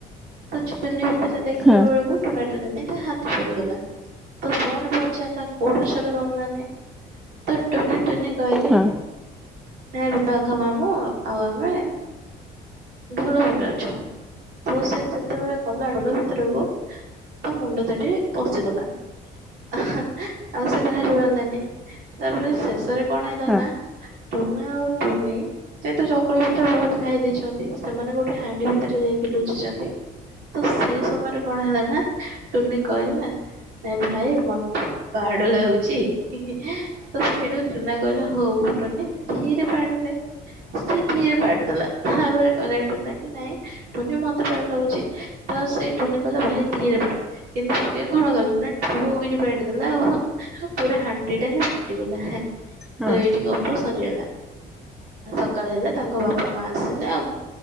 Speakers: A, on the right; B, in the centre.
A: ତଛୁ ପେଲିଲେ ଅଇଛା ଦେଖିଲା
B: ହଁ
A: ବେଳକୁ ଟୁନା <unintelligible> ତା ହାତ ପୋଡ଼ିଗଲା ତ ପୁଣି ପଚାରିଲା କୋଉଠି ଅଛ କି ତମ ମାନେ? ତ <unintelligible> ତିନି କହିଲେ
B: ହଁ
A: ନାଇଁ ବାଘ ମାମୁଁ ଆଉ ଆମେ। ଢୋଲ ଭିତରେ ଅଛ ତ ସେ ଯେତେବେଳେ ଗଲା ଢୋଲ ଭିତରକୁ ତା ମୁଣ୍ଡ ତାଠି ପଶିଗଲା ଆହା ହାଁ ଆଉ ସେ ବାହାରି ପାରିଲାନି। ତାପରେ ଶେଷରେ କଣ ହେଲା
B: ହଁ
A: ନା ଟୁନା ଆଉ ଟୁନି ସେତ ଚକୁଳି ପିଠା ବହୁତ ଖାଇ ଦେଇଛନ୍ତି ସେମାନେ ଗୋଟେ ହାଣ୍ଡି ଭିତରେ ଯାଇକି ଲୁଚିଚନ୍ତି ତ ସେ ସମୟରେ କଣ ହେଲା ନା ଟୁନି କହିଲା ନା ଭାଇ ମତେ ପାଡ଼ ଲାଗୁଚି ଇ ହିଁ ଏଁ ତ ସେଇଠୁ ଟୁନା କହିଲା ହଉ ଟୁନି ଧୀରେ ପାଡି ଦେ ସେ ଧୀରେ ପାଡି ଦେଲା ତାପରେ କହିଲା ଟୁନା କି ନାଇଁ ଟୁନି ମତେ ପାଡ ଲାଗୁଚି ତ ସେ ଟୁନି କହିଲା ଭାଇ ଧୀରେ ପାଡ କିନ୍ତୁ ସିଏ କଣ କଲା ନା ଢ଼ୋ କିନି ପାଡି ଦେଲା ଆଉ ପୁରା ହାଣ୍ଡି ଟା ହିଁ ଫାଟିଗଲା ହାଁ ତ
B: ହଁ
A: ଏଇଠି ଗପ ସରିଗଲା ସକାଳ ହେଲା ତାଙ୍କ ବାପା ମା ଆସିଲେ ଆଉ।